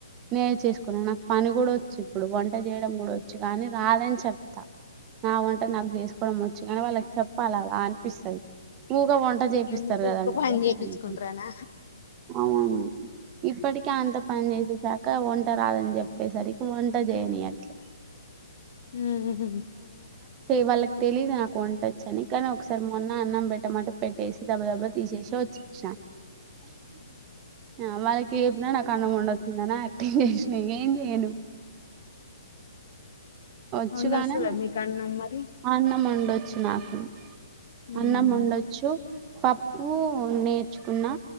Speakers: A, on the right (about 20°); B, on the left (about 50°).
A: నేర్చేసుకున్నాను నాకు పని కూడా వచ్చి ఇప్పుడు వంట చేయడం కూడా వచ్చి కానీ రాదని చెప్ ప్తా నా వంట నాకు చేసుకోవడం వచ్చు కానీ వాళ్ళకి చెప్పాలి అలా అనిపిస్తుంది నువ్ వంట చేపిస్తారు
B: ఎందుకు
A: కదండి
B: ఊక పని
A: వచ్చానికి
B: చేపిచ్చుకుంటారనా
A: అవును ఇప్పటికే అంత పని చేసేసాక వంట రాదని చెప్ప ప్పే సరికి వంట జయనిట్లే
B: ఉహు
A: వాళ్ళకి తెలిదు నాకు వంటొచ్చని కానీ ఒక సారి మొన్న అన్నం పెట్టమంటే పెట్టేసి దబ్బ దబ్బ తీసేసి వచ్చేసిన ఆ వాళ్ళకి చెప్పిన నాకు అన్నం వండొచ్చిదని తినేసిన ఏం చేయను వచ్చుగానే
B: వండొస్తదా మీకు అన్నం మరి
A: ఆ అన్నం వండొచ్చు వచ్చు నాకు
B: ఉమ్
A: అన్నం వండొచ్చు పప్పు నేర్చుకున్నా